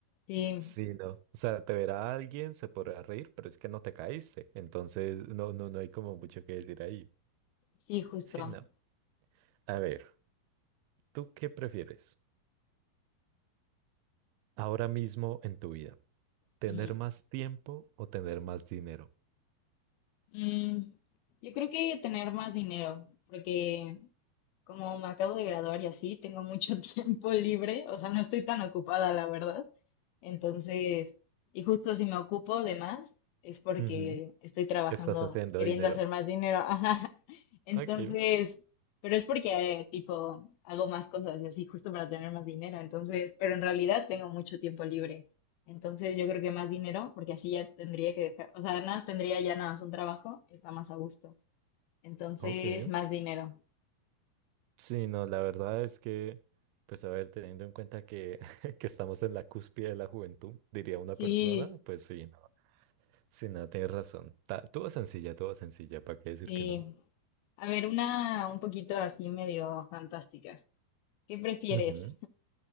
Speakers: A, on the left; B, on the right.
A: sí,
B: sí, no. O sea, te verá alguien, se podrá reír, pero es que no te caíste. Entonces, no, no, no hay como mucho que decir ahí.
A: sí, justo.
B: Sí, no. A ver, ¿tú qué prefieres ahora mismo en tu vida? ¿Tener
A: Ujú.
B: más tiempo o tener más dinero?
A: Mm, yo creo que tener más dinero, porque como me acabo de graduar y así, tengo mucho <laughs> tiempo libre, o sea, no estoy tan ocupada, la verdad. Entonces, y justo si me ocupo de más, es porque
B: Ujú,
A: estoy trabajando,
B: Estás haciendo
A: queriendo
B: dinero.
A: hacer más dinero. <laughs> ajá. Entonces,
B: Ok,
A: pero es porque, eh, tipo, hago más cosas y así, justo para tener más dinero. Entonces, pero en realidad tengo mucho tiempo libre. Entonces, yo creo que más dinero, porque así ya tendría que dejar, o sea, nada, más tendría ya nada más un trabajo, está más a gusto. Entonces,
B: ok.
A: más dinero.
B: Sí, no, la verdad es que, pues a ver, teniendo en cuenta que, <laughs> que estamos en la cúspide de la juventud, diría una
A: Sí.
B: persona, pues sí, no. Sí, no, tienes razón. Ta- Tuvo sencilla, tuvo sencilla, ¿para qué
A: Sí,
B: decir que no?
A: a ver, una un poquito así medio fantástica. ¿Qué prefieres?
B: Ujú.